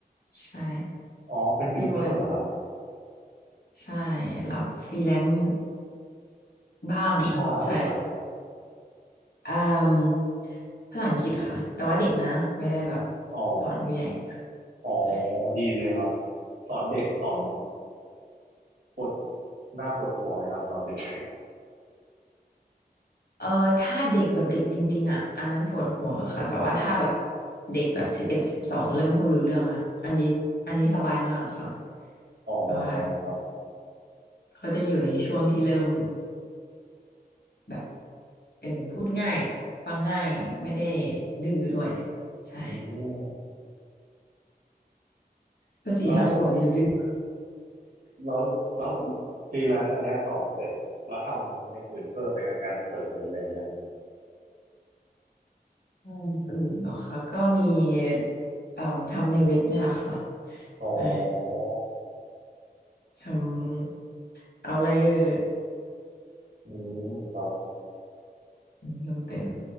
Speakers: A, on the left (about 80°); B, on the right (about 65°).
A: ใช่
B: อ๋อเป็นติวเตอร์เหรอครับ
A: เรียกว่าถนัดใช่รับฟรีแลนซ์บ้างใช่ค่ะ
B: วิชาอะไรครับ
A: อ่ามภาษาอังกฤษค่ะแต่ว่าเด็กนะไม่ได้แบบ
B: อ๋อ
A: สอนผู้ใหญ่
B: อ๋อ
A: ใช่
B: ดีเลยครับสอนเด็กสอนปวดหน้าปวดหัวไหมครับสอนเด็ก
A: เอ่อถ้าเด็กแบบเด็กจริงๆอ่ะอันนั้นปวดหัวค่ะแต่ว่าถ้าแบบเด็กแบบสิบเอ็ดสิบสองเริ่มพูดรู้เรื่องอ่ะอันนี้อันนี้สบายมากค่ะ
B: อ๋อ
A: เพราะว่า
B: ครับ
A: เขาจะอยู่ในช่วงที่เริ่มแบบเออพูดง่ายฟังง่ายไม่ได้ดื้อด้วยใช่
B: อืม
A: ก็สี่ห้าขวบนี่จะดื้อ
B: แล้วแล้วแล้วฟรีแลนซ์อันเนี้ยสอนเสร็จแล้วทำอย่างอื่นเพิ่มไหมครับงานเสริมหรืออะไรอย่างเงี้ยครับ
A: <laughs> งานอื่นเหรอคะก็มีเอ่อทำในเว็บเนี่ยแหละค่ะ
B: อ๋อ
A: ใช่ทำเอาไลเออร์
B: อืมครับ
A: เพิ่มเติม